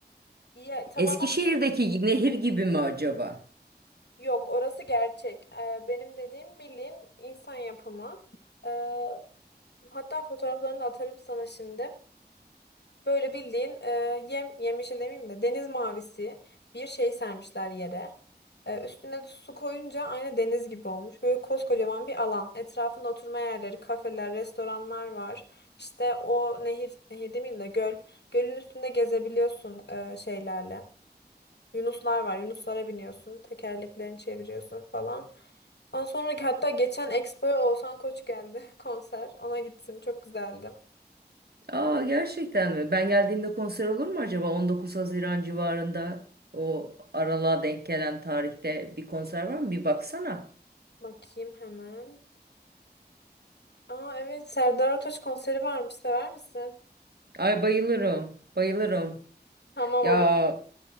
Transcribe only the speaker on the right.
Eskişehir'deki nehir gibi mi acaba?
Aa gerçekten mi? Ben geldiğimde konser olur mu acaba? 19 Haziran civarında o aralığa denk gelen tarihte bir konser var mı? Bir baksana.
Ay bayılırım. Bayılırım.
Ya